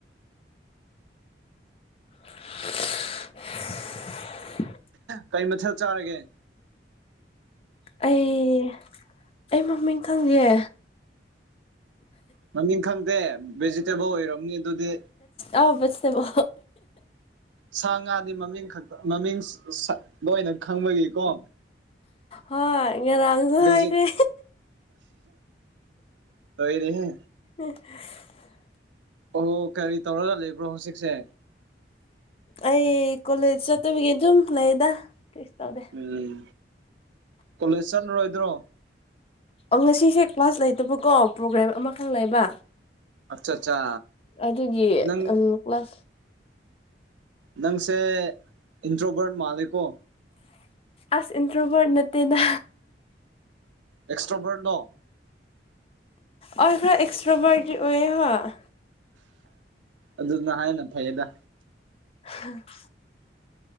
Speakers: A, on the left; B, on the right.
A: <inaudible>
B: ꯀꯔꯤ ꯃꯊꯦꯜ ꯆꯥꯔꯒꯦ
A: ꯑꯩ ꯑꯩ ꯃꯃꯤꯡ ꯈꯪꯗꯦ
B: ꯃꯃꯤꯡ ꯈꯪꯗꯦ ꯚꯦꯖꯤꯇꯦꯕꯜ ꯑꯣꯏꯔꯝꯅꯤ ꯑꯗꯨꯗꯤ
A: ꯑꯕꯁꯕꯣ
B: ꯁꯥ ꯉꯥꯗꯤ ꯃꯃꯤꯡ ꯈ ꯃꯃꯤꯡ ꯂꯣꯏꯅ ꯈꯪꯕꯒꯤꯀꯣ
A: ꯍꯣꯏ ꯉꯔꯥꯡꯁꯨ ꯍꯥꯏꯈ꯭ꯔꯦ
B: ꯖꯤ ꯂꯣꯏꯔꯦꯍꯦ
A: <inaudible>
B: ꯑꯣ ꯀꯔꯤ ꯇꯧꯔꯒ ꯂꯩꯕ꯭ꯔꯣ ꯍꯧꯖꯤꯛꯁꯦ
A: ꯑꯩ ꯀꯣꯂꯦꯖ ꯆꯠꯇꯕꯤꯒꯤ ꯑꯗꯨꯝ ꯂꯩꯗ ꯇꯧꯗꯦ
B: ꯎꯝ ꯀꯣꯂꯦꯖ ꯆꯠꯂꯔꯣꯏꯗ꯭ꯔꯣ
A: ꯑꯣ ꯉꯁꯤꯁꯦ ꯀ꯭ꯂꯥꯁ ꯂꯩꯇꯕꯀꯣ ꯄ꯭ꯔꯣꯒ꯭ꯔꯥꯝ ꯑꯃꯈꯛ ꯂꯩꯕ
B: ꯑꯠꯆꯥ ꯑꯠꯆꯥ
A: ꯑꯗꯨꯒꯤ
B: ꯅꯪ
A: ꯀ꯭ꯂꯥꯁ
B: ꯅꯪꯁꯦ ꯏꯟꯗ꯭ꯔꯣꯕꯔꯠ ꯃꯥꯂꯦꯀꯣ
A: ꯑꯁ ꯏꯟꯗ꯭ꯔꯣꯕꯔ ꯅꯠꯇꯦꯅ
B: ꯑꯦꯛꯁꯇ꯭ꯔꯣꯝꯕꯔ ꯅ
A: ꯑꯩ ꯑꯦꯛꯁꯇ꯭ꯔꯥꯕꯔ ꯑꯣꯏꯋꯌꯦ
B: ꯑꯗꯨꯗꯨꯅ ꯍꯥꯏꯅ ꯐꯩꯌꯦꯗ
A: <inaudible>